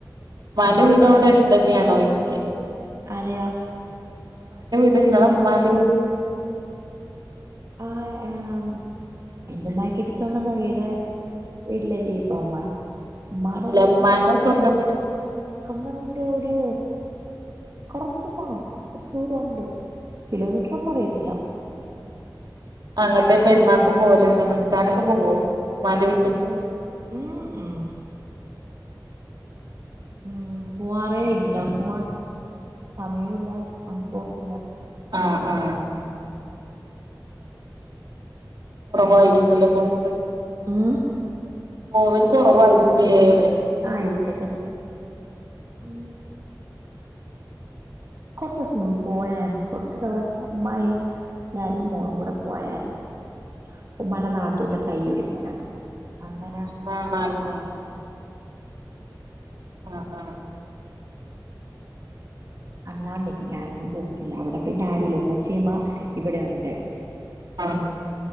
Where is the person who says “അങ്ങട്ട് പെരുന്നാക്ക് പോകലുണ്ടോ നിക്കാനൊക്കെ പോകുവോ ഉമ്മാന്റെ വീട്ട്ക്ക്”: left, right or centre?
Right